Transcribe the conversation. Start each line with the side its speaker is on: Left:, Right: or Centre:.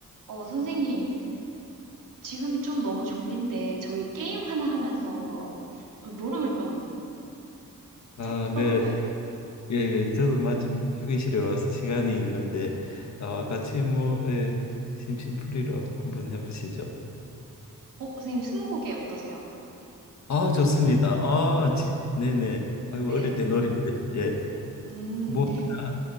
Right: 어, 선생님, 지금 좀 너무 졸린데, 저희 게임 하나 하면서 좀 졸음을 좀,
Left: 아,
Right: 좀 풀어볼까요?
Left: 네. 예, 예. 저도 마침 휴게실에 와서 시간이 있는데 어, 같이 뭐 예, 심심풀이로 한번 해보시죠.
Right: 어, 선생님, 스무고개 어떠세요?
Left: 아, 좋습니다. 아, 지- 네네. 아이고
Right: 네.
Left: 어릴 때 놀이인데 예.
Right: 음,
Left: 뭐 하나,